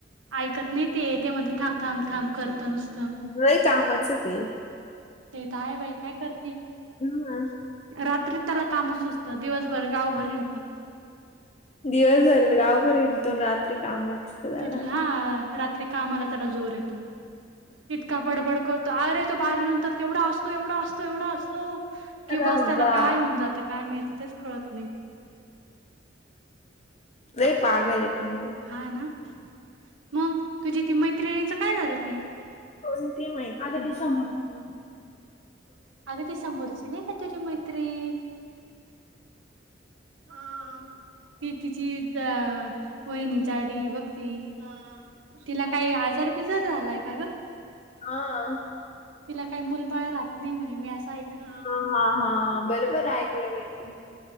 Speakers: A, on the right; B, on the left.
A: ऐकत नाही ते ते म्हण थांब थांब थांब करत नुस
B: व्हय कामा आहे ते
A: ते ताया बाई काय करते?
B: हम्म.
A: रात्री त्याला काम सुचतं दिवसभर गावभर हिंडत.
B: दिवस भर गावभर हिंडतो रात्री कामात दिसत त्याला.
A: तर हा रात्री कामला त्याला जोर येतो इतका बडबड करतो अरे तो बारा नंतर तेवढा असतो एवढा असतो एवढा असतो
B: अरे
A: की बस त्याला
B: बा
A: काय होऊन जातं काय माहिती तेच कळत नाही
B: लय पागल आहे तुम्ही
A: हा ना, मग तुझी ती मैत्रिणीच काय झालं ती
B: कोणती मैत्रीण? अगं ती समोरची
A: अग ती समोरची नाही का तुझी मैत्रीण हा, ती तिची अ वाहिनी जाडी आहे बघ ती, हा. तिला काय आजार बिजार झालाय का ग?
B: हा.
A: तिला काही मुलबाळ राहत नाही म्हणे मी असं ऐकलं
B: हा हा हा बरोबर ऐकलं काय तू